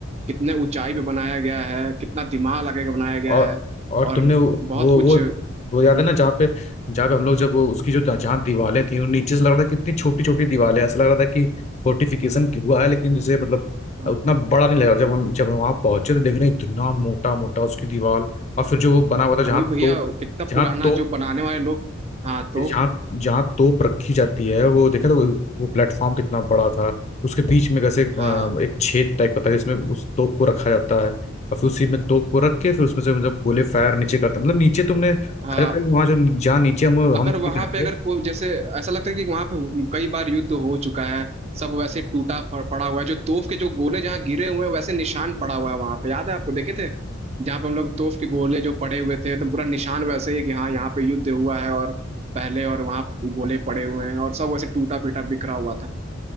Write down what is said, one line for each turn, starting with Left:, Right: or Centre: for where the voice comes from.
Right: कितने ऊंचाई पे बनाया गया है कितना दिमाग लगा के बनाया गया
Left: और
Right: है
Left: और
Right: और
Left: तुमने वो
Right: बहुत
Left: वो
Right: कुछ
Left: वो
Right: हम्म,
Left: वो याद है ना जहाँ पे जहाँ पे हम लोग जब वो उसकी जो जहाँ दीवारें थी उन नीचे से लग रहा था कितनी छोटी छोटी दीवारें हैं। ऐसा लग रहा था कि फोर्टिफिकेशन हुआ है लेकिन जैसे मतलब
Right: हाँ
Left: उतना बड़ा नहीं लग रहा जब हम जब हम वहाँ पहुंचे तो देख रहे हैं इतना मोटा मोटा उसकी दीवार और फिर जो वो बना हुआ था जहाँ
Right: और भैया
Left: तो
Right: कितना
Left: जहाँ
Right: पुराना
Left: तोप
Right: जो बनाने वाले लोग हाँ तो
Left: जहाँ जहाँ तोप रखी जाती है वो देखा तो वो प्लेटफॉर्म कितना बड़ा था उसके बीच में कैसे अ,
Right: हाँ
Left: एक छेद टाइप का था जिसमें उस तोप को रखा जाता है और फिर उसी में तोप को रख के फिर उसमें से मतलब गोले फायर नीचे करते हैं। मतलब नीचे तुमने कहा
Right: हाँ
Left: था कि वहाँ जो जहाँ नीचे हम
Right: अगर
Left: हम
Right: वहां
Left: नहीं
Right: पे अगर कोई जैसे ऐसा लगता है कि वहां पे कई बार युद्ध हो चुका है सब वैसे टूटा प- पड़ा हुआ है जो तोफ के जो गोले जहाँ गिरे हुए हैं वैसे निशान पड़ा हुआ है वहां पे याद है आपको देखे थे जहाँ पे हम लोग तोफ के गोले जो पड़े हुए थे एकदम पूरा निशान वैसे ही कि हाँ यहाँ पे युद्ध हुआ है और पहले और वहाँ गोले पड़े हुए हैं और सब वैसे टूटा पीटा बिखरा हुआ था